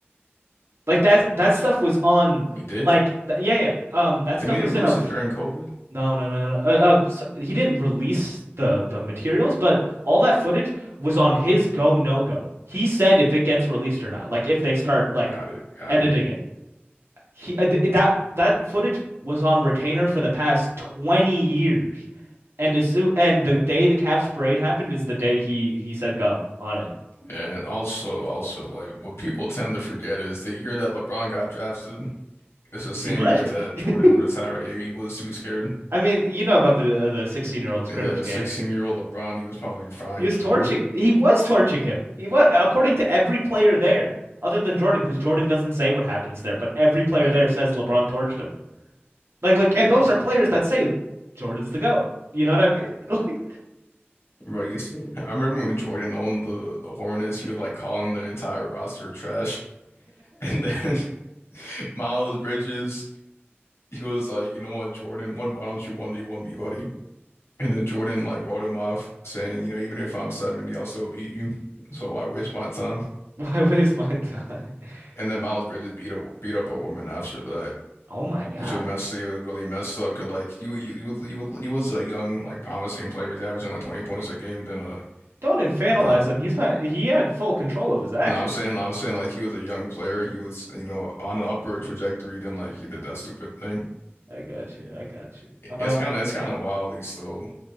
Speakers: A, on the right (about 75°); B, on the left (about 80°).
A: Like that that stuff was on
B: He did?
A: like th yeah, yeah. Um that
B: Didn't
A: stuff
B: he
A: was
B: release
A: in a v-
B: it during COVID?
A: no, no, no, no. Uh, uh, so- he didn't release the the materials, but all that footage was on his go no go. He said if it gets released or not, like if they start like
B: Got it, got
A: editing
B: it.
A: it. He uh, th that that footage was on retainer for the past 20 years. And as soo- and the day the Cavs parade happened is the day he he said go on it.
B: Yeah, And also, also, like, what people tend to forget is the year that LeBron got drafted, it's the same
A: He left.
B: year that Jordan
A: <laughs>
B: retired. He was too scared.
A: I mean, you know about the uh, the 16-year-old
B: Yeah,
A: scrimmage game.
B: 16-year-old LeBron, he was probably frying
A: He was
B: Jordan.
A: torching he was torching him. He was according to every player there other than Jordan because Jordan doesn't say what happens there, but every player
B: Yeah,
A: there says LeBron torched him. Like like
B: yeah.
A: and those are players that say Jordan's the GOAT. You know what I mean? <laughs> Like
B: Bro, you see, <laughs> I remember when Jordan owned the the Hornets, he was like calling their entire roster trash. And then <laughs> Miles Bridges, he was like, you know what, Jordan, one, why don't you 1v1 me, buddy? And then Jordan like wrote him off saying, you know, even if I'm 70, I'll still beat you. So why waste my time?
A: why waste my time? <laughs>
B: And then Miles Bridges beat a, beat up a woman after that,
A: Oh my God.
B: which was messy. It was really messed up because like you you you was- he was he was a young, like promising player. He's averaging like 20 points a game. Then uh,
A: Don't infantilize
B: he did that.
A: him. He's not, he had full control of his actions.
B: No, I'm saying, I'm saying, like he was a young player. He was, you know, on an upward trajectory. Then, like he did that stupid thing.
A: I got you. I got you.
B: It-
A: Um,
B: It's kind of, it's kind of wild. He's still